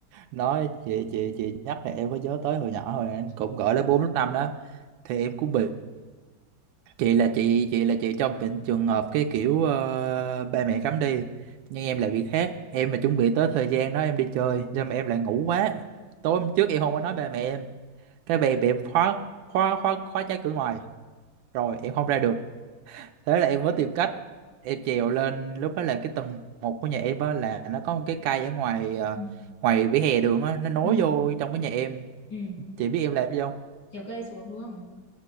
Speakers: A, on the right; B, on the left.
A: nói chị chị chị nhắc là em có nhớ tới hồi nhỏ hồi em cũng gọi lớp bốn lớp năm đó thì em cũng bị chị là chị chị là chị trong bệnh trường hợp cái kiểu ờ, ba mẹ cấm đi nhưng em là việc khác em là chuẩn bị tới thời gian đó em đi chơi nhưng mà em lại ngủ quá tối hôm trước em không có nói ba mẹ em cái về bị em khóa khóa khóa khóa trái cửa ngoài rồi em không ra được thế là em mới tìm cách em trèo lên lúc đó là cái tầng một của nhà em á là nó có một cái cây ở ngoài ờ,
B: ừ
A: ngoài vỉa hè đường á nó nối
B: ừ
A: vô trong cái nhà em
B: ừ
A: chị biết em làm gì không
B: trèo cây xuống đúng không